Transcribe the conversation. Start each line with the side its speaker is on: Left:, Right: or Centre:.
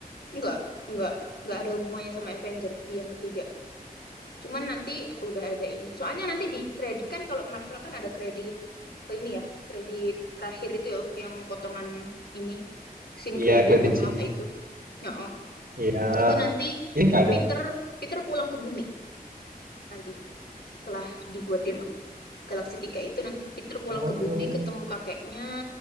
Left: Nggak, nggak, nggak ada hubungannya sama Avenger di yang ketiga. Cuman nanti udah ada ini. Soalnya nanti di kredit kan kalau Marvel kan ada kredit eh, ini ya, kredit terakhir itu ya, yang potongan ini, scene
Right: Iya,
Left: kredit
Right: credit
Left: atau
Right: scenes.
Left: apa itu. ya oh
Right: Iya,
Left: Itu nanti
Right: ini nggak ada.
Left: Peter Peter pulang ke bumi nanti setelah di Guardian of Galaxy 3 itu nanti Peter pulang
Right: Oh.
Left: ke bumi ketemu kakeknya.